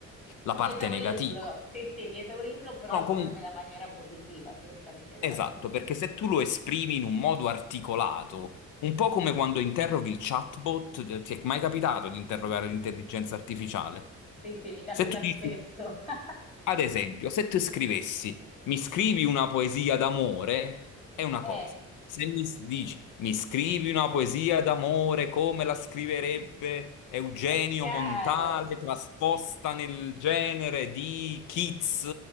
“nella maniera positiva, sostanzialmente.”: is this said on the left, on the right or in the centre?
Left